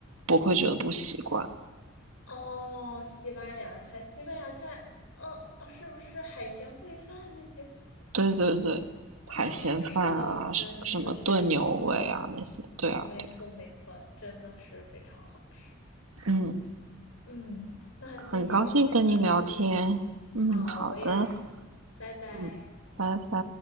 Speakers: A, on the right; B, on the left.
A: 不会觉得不习惯。
B: 哦，西班牙菜，西班牙菜，呃，呃是不是海鲜烩饭那些？
A: 对对对，海鲜饭啊，
B: 哦，确实好吃啊，
A: 什什么炖牛尾啊那些，
B: 那个确实好吃，
A: 对啊对啊，
B: 没错没错，真的是非常好吃。
A: 嗯，
B: 嗯，那今天就先到这里。
A: 很高兴跟你聊天，
B: 好，
A: 嗯，好的，
B: 我也是，拜拜。
A: 嗯，拜拜。